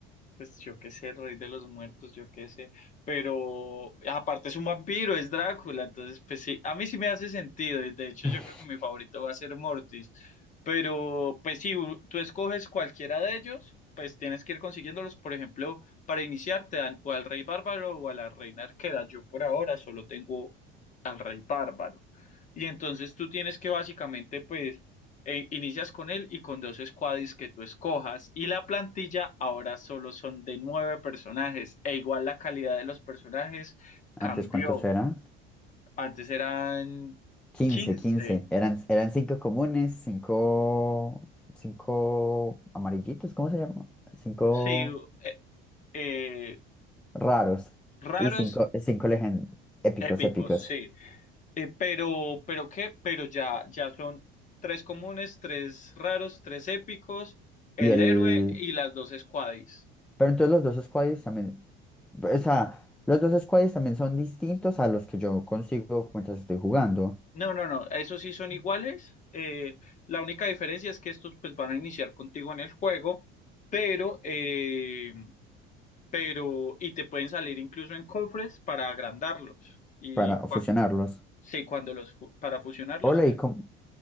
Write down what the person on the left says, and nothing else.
Pues yo qué sé, rey de los muertos, yo qué sé. Pero aparte es un vampiro, es Drácula. Entonces, pues sí, a mí sí me hace sentido. Y de hecho,
yo creo que mi favorito va a ser Mortis. Pero, pues si tú escoges cualquiera de ellos, pues tienes que ir consiguiéndolos. Por ejemplo, para iniciar te dan o al rey bárbaro o a la reina arquera. Yo por ahora solo tengo al rey bárbaro. Y entonces tú tienes que básicamente, pues, eh, inicias con él y con dos squaddies que tú escojas. Y la plantilla ahora solo son de nueve personajes. E igual la calidad de los personajes cambió.
Antes eran
quince
Sí, eh, eh,
raros,
épicos,
sí. Eh, pero, pero qué, pero ya, ya son tres comunes, tres raros, tres épicos, el
héroe y las dos squaddies.
No, no, no, esos sí son iguales. eh, la única diferencia es que estos pues van a iniciar contigo en el juego, pero, eh, pero, y te pueden salir incluso en cofres para agrandarlos. Y
cuando,
sí, cuando los, fu- para fusionarlos,